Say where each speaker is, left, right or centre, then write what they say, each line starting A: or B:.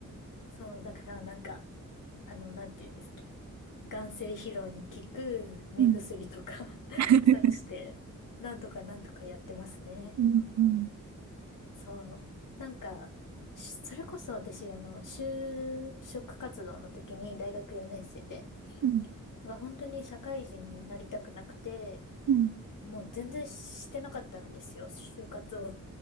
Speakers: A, on the left; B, on the right.
A: そう、だからなんか、あの、なんて言うんですっけ。眼精疲労に効く目薬とか
B: うん、<laughs>
A: <laughs> さして、なんとかなんとかやってますね。
B: うん、うん、
A: そう。なんか、しそれこそ私、あの、就職活動の時に大学4年生で、
B: うん、
A: なんか本当に社会人になりたくなくて、
B: うん、
A: もう全然してなかったんですよ、就活を。